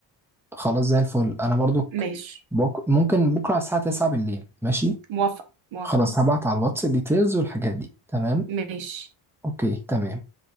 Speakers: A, in the centre; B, on the right.
A: خلاص زي الفل انا برضك
B: ماشي
A: بك... ممكن بكره على الساعه 9 بالليل ماشي
B: موافقة موافقة
A: خلاص هبعت على الواتس ديتيلز والحاجات دي تمام
B: ماشي
A: اوكي تمام